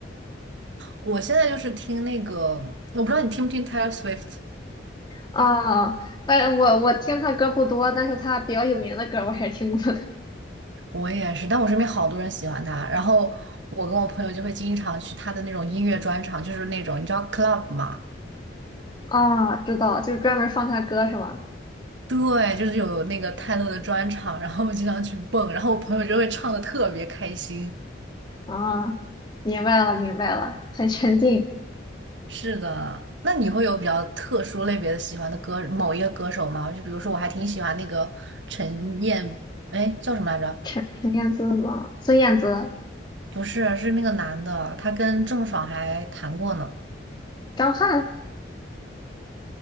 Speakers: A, on the right; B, on the left.
A: 我现在就是听那个，我不知道你听不听 Taylor Swift，
B: 啊但是我我听他歌不多，但是他比较有名的歌我还是听过的
A: 我也是，但我身边好多人喜欢他，然后我跟我朋友就会经常去他的那种音乐专场，就是那种你知道 club 嘛，
B: 啊。知道，就是专门放他歌是吗？
A: 对，就是有那个泰勒的专场，然后我经常去蹦，然后我朋友就会唱的特别开心。
B: 啊，明白了明白了，很沉浸。
A: 是的，那你会有比较特殊类别的喜欢的歌，某一个歌手吗？就比如说我还挺喜欢那个陈燕，哎，叫什么来着？
B: 陈陈燕姿吗？孙燕姿、
A: 不是，是那个男的，他跟郑爽还谈过呢。
B: 张翰？